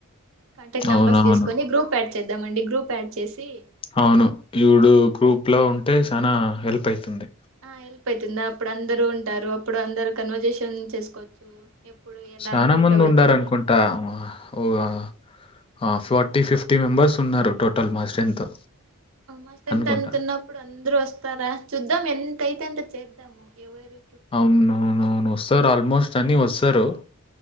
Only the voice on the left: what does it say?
అవునవును
అవును ఈడు గ్రూప్ లో ఉంటే చాలా హెల్ప్ అవుతుంది
చనా
మంది
ఉండారు అనుకుంటా
ఓగ ఆ ఫార్టీ ఫిఫ్టీ మెంబెర్స్ ఉన్నారు టోటల్ మా స్ట్రెంత్
అనుకుంటా
అవునువునువును వస్తారు ఆల్మోస్ట్ అన్ని వస్తారు